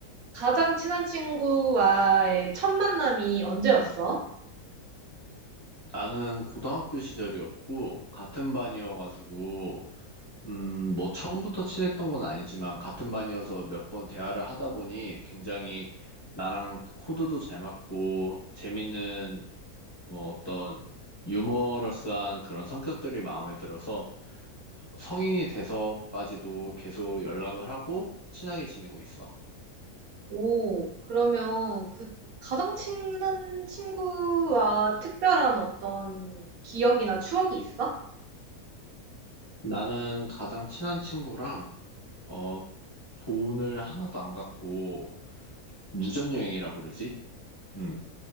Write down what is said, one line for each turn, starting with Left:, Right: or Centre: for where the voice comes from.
Right: 가장 친한 친구와의 첫 만남이 언제였어?
Left: 나는 고등학교 시절이었고, 같은 반이어가지고, 음, 뭐 처음부터 친했던 건 아니지만 같은 반이어서 몇 번 대화를 하다 보니 굉장히 나랑 코드도 잘 맞고 재밌는 어, 어떤 유머러스한 그런 성격들이 마음에 들어서 성인이 돼서까지도 계속 연락을 하고 친하게 지내고 있어.
Right: 오. 그러면 그 가장 친한 친구와 특별한 어떤 기억이나 추억이 있어?
Left: 나는 가장 친한 친구랑 어, 돈을 하나도 안 갖고 무전여행이라 부르지? 음,